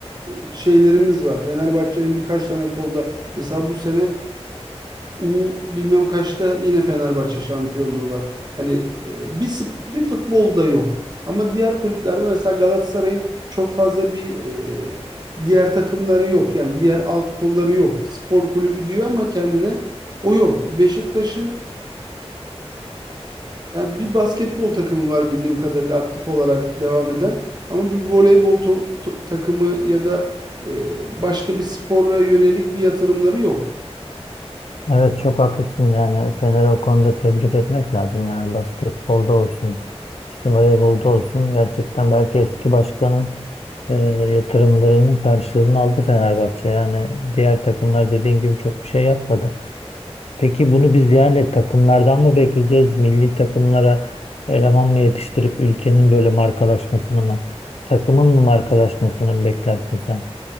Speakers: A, on the right; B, on the left.
A: e, şeylerimiz var. Fenerbahçe'nin birkaç tane kolda mesela bu sene U bilmem kaçta yine Fenerbahçe şampiyonluğu var. Hani e, bir sp- bir futbolda yok. Ama diğer kulüplerde mesela Galatasaray'ın çok fazla bir e, diğer takımları yok. Yani diğer alt kolları yok. Spor kulübü diyor ama kendine o yok. E, Beşiktaş'ın yani bir basketbol takımı var bildiğim kadarıyla aktif olarak devam eden. Ama bir voleybol to- to- takımı ya da e, başka bir spora yönelik bir yatırımları yok.
B: Evet çok haklısın yani Fener'i o konuda tebrik etmek lazım yani basketbolda olsun işte voleybolda olsun gerçekten belki eski başkanın e, yatırımlarının karşılığını aldı Fenerbahçe yani diğer takımlar dediğin gibi çok bir şey yapmadı. Peki bunu biz yani takımlardan mı bekleyeceğiz milli takımlara eleman mı yetiştirip ülkenin böyle markalaşmasını mı takımın mı markalaşmasını mı beklersin sen?